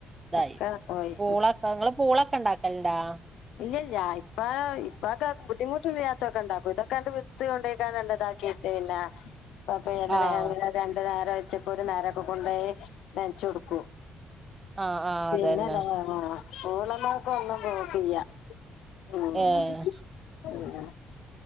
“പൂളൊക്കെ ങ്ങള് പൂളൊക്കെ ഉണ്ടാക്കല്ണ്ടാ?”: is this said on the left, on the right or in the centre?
Right